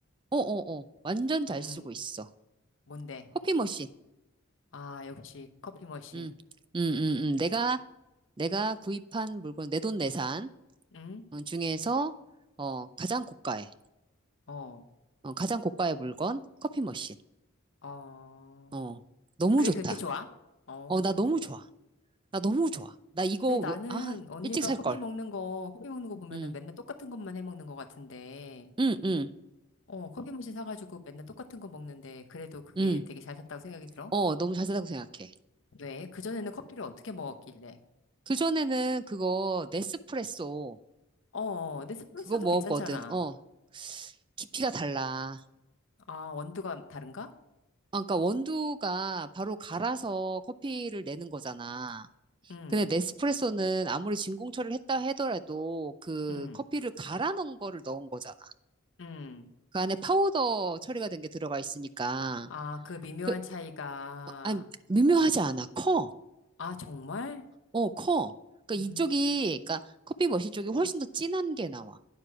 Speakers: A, on the right; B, on the left.
A: 어어어, 완전 잘
B: 음,
A: 쓰고 있어.
B: 뭔데?
A: 커피 머신.
B: 아, 역시 커피 머신.
A: 응, 응, 응, 응. 내가, 내가 구입한 물건, 내돈 내산
B: 응?
A: 어, 중에서, 어, 가장 고가의,
B: 어,
A: 어, 가장 고가의 물건, 커피 머신.
B: 어.
A: 어, 너무
B: 그게
A: 좋다.
B: 그렇게 좋아? 어.
A: 어, 나 너무 좋아. 나 너무 좋아. 나 이거
B: 근데
A: 왜,
B: 나는
A: 아,
B: 언니가
A: 일찍 살걸.
B: 커피 먹는 거, 커피 먹는 거 보면은
A: 응,
B: 맨날 똑같은 것만 해 먹는 것 같은데,
A: 응, 응,
B: 어, 커피 머신 사가지고 맨날 똑같은 거 먹는데, 그래도 그게
A: 응.
B: 되게 잘 샀다고 생각이 들어?
A: 어, 너무 잘 산다고 생각해.
B: 왜? 그전에는 커피를 어떻게 먹었길래?
A: 그전에는 그거, 네스프레소,
B: 어, 네스프레소도
A: 그거 먹었거든.
B: 괜찮잖아.
A: 어, 깊이가 달라.
B: 아, 원두가 다른가?
A: 아, 그러니까 원두가 바로 갈아서 커피를 내는 거잖아.
B: 응,
A: 근데 네스프레소는 아무리 진공 처리를 했다 하더라도 그
B: 응,
A: 커피를 갈아 넣은 거를 넣은 거잖아.
B: 응.
A: 그 안에 파우더 처리가 된 게 들어가 있으니까
B: 아, 그 미묘한
A: 그
B: 차이가.
A: 어, 아니 미묘하지 않아. 커.
B: 아, 정말?
A: 어, 커. 그러니까
B: 음,
A: 이쪽이 그러니까 커피 머신 쪽이 훨씬 더 진한 게 나와.